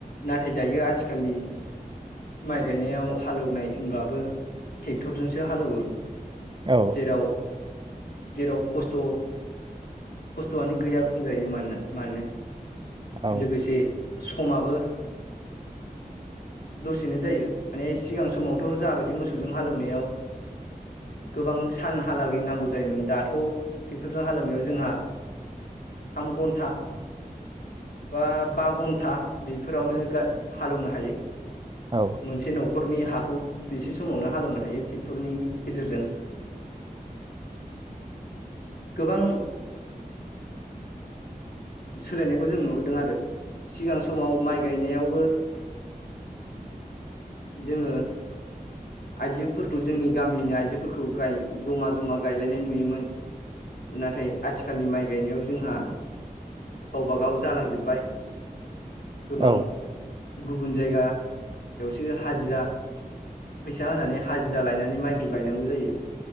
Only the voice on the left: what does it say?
नाथाय दायो आथिखनि माइ गायनायाव हालौवनाय होनबाबो ट्रेक्टरजोंसो हालौवो।
जेराव जेराव खस्थ' खस्थ'आनो गैया बुंजायो मानो मानो।
लोगोसे समाबो दसेनो जायो माने सिगां समावथ' जाबायदि मोसौजों हालेवनायाव गोबां सानहालागै नांगौ जायोमोन दाथ' ट्रेक्टरजों हालेवनायाव जोंहा थाम घन्टा ब बा घ था बेफोरावनो हालौवनो हायो।
मोनसे न'खर रनि हाखौ बेसे समावनो हालेवनो हायो ट्रेक्टरनि गेजेरजों गोबां सोलायनायखौ जों नुहदों आरो। सिगां समाव माइ गायनायावबो जोङो आइजोफोरखौ जोंनि गामिनि आइजोफोरखौ जमा जमा गायलायनाय नुयोमोन नाथाय आथिखालनि माइ गायनायाव जोंहा गावबा गाव जालांजोब्बाय। गोबां
गुबुन जायगा बेयावसो हाजिरा फैसा होनानै हाजिरा लायनानै माइखौ गायनांगौ जायो।